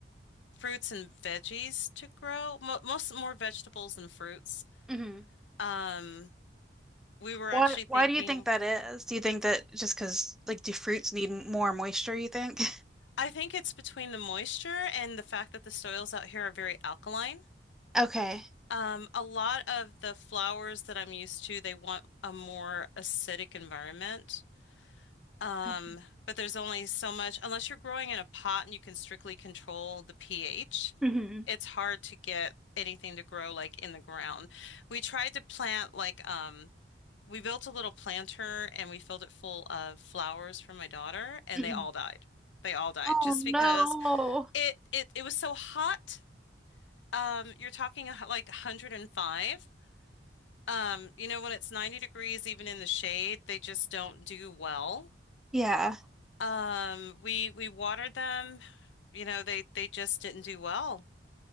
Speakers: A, on the left; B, in the centre.
A: fruits and veggies to grow. Mo most more vegetables than fruits.
B: mhm.
A: Um, we were
B: Why
A: actually
B: why
A: thinking.
B: do you think that is? Do you think that just because, like do fruits need m- more moisture, you think? <laughs>
A: I think it's between the moisture and the fact that the soils out here are very alkaline.
B: Okay.
A: Um, a lot of the flowers that I'm used to, they want a more acidic environment. Um,
B: Okay.
A: but there's only so much, unless you're growing in a pot and you can strictly control the pH,
B: hmm
A: it's hard to get anything to grow like in the ground. We tried to plant like, um, we built a little planter and we filled it full of flowers for my daughter, and
B: hmm
A: they all died. They all died
B: Oh
A: just
B: no.
A: because. It it it was so hot. Um, you're talking a hu- like 105. Um, you know, when it's 90 degrees, even in the shade, they just don't do well.
B: Yeah,
A: Um, we we watered them, you know, they they just didn't do well.